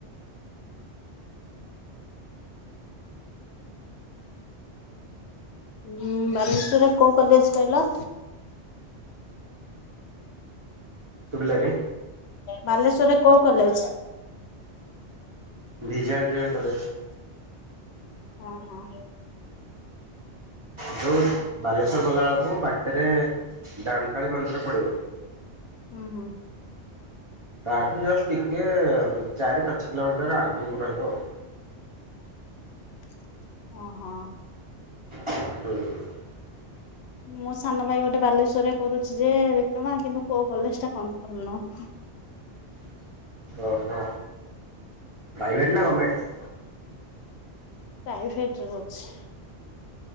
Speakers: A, on the left; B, on the right.
A: ଉଁ ବାଲେଶ୍ଵରରେ କୋଉ କଲେଜ କହିଲ।
B: ସୁଭିଲାନୀ।
A: ବାଲେଶ୍ଵରରେ କୋଉ କଲେଜ।
B: ବିଜୟାଞ୍ଜଳି କଲେଜ।
A: ହଁ ହଁ।
B: ଯୋଉ ବାଲେଶ୍ଵର ଗଲା ବେଳକୁ ବାଟରେ ଦାଣ୍ଡକାଳୀ ମନ୍ଦିର ପଡିବ।
A: ହୁଁ ହୁଁ।
B: ତାଠୁ ଜଷ୍ଟ ଟିକେ ଚାରି ପାଞ୍ଚ କିଲୋମିଟର ଆଗକୁ ରହିବ ଆଉ।
A: <unintelligible> ଓ ହୋ।
B: <inaudible>
A: <inaudible> ମୋ ସାନ ଭାଇ ଗୋଟେ ବାଲେଶ୍ଵରରେ କରୁଛି ଯେ ଡିପ୍ଲମା କିନ୍ତୁ କୋଉ କଲେଜ ଟା କନଫର୍ମ ନହଁ।
B: ଓ ହୋ ପ୍ରାଇଭେଟ ନା ଗମେଟ।
A: ପ୍ରାଇଭେଟ ରେ କରୁଛି।